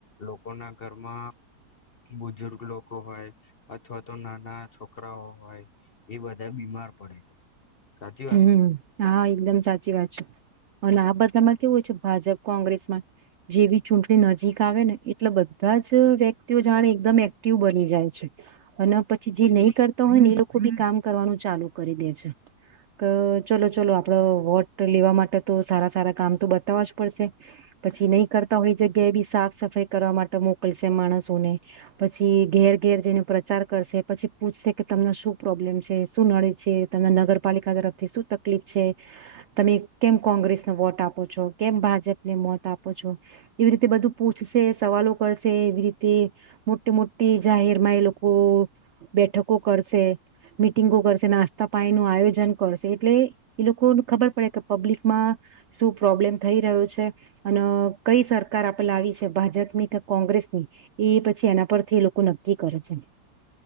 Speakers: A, on the left (about 50°); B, on the right (about 75°).
A: લોકોના ઘરમાં બુજુર્ગ લોકો હોય અથવા તો નાના છોકરા છકરાઓ હોય એ બધા બીમાર પડે છે સાચી વાત
B: હમ
A: ને
B: હા એકદમ સાચી વાત છે અને આ બધામાં કેવું હોય છે ભાજપ કોંગ્રેસમાં જેવી ચૂંટણી નજીક આવે ને એટલે બધા જ વ્યક્તિઓ જાણે એકદમ એક્ટિવ બની જાય છે અને પછી જે નહી કરતા હોય ને એ લોકો બી કામ કરવાનું ચાલુ કરી દે છે ચલો ચલો આપડો વોટ લેવા માટે તો સારા સારા કામ તો બતાવવા જ પડશે પછી નહી કરતા હોય જગ્યાએ બી સાફ સફાઈ કરવા માટે મોકલશે માણસોને પછી ઘેર ઘેર જઈને પ્રચાર કરશે પછી પૂછશે કે તમને શું પ્રોબ્લેમ છે શું નડે છે તમને નગરપાલિકા તરફથી શું તક છે તમે કેમ કોંગ્રેસને વોટ આપો છો કેમ ભાજપને મોત આપો છો એવી રીતે બધું પૂછશે સવાલો કરશે એવી રીતે મોટી મોટી જાહેરમાં એ લોકો બેઠકો કરશે મિટિંગો કરશે નાસ્તા પાાય નું આયોજન કરશે એટલે એ લોકોને ખબર પડે કે પબ્લિકમાં શું પ્રોબ્લેમ થઈ રહ્યો છે અને કઈ સરકાર આપે લાવી છે ભાજપ ની કે કોંગ્રેસની એ પછી એના પરથી એ લોકો નક્કી કરે છે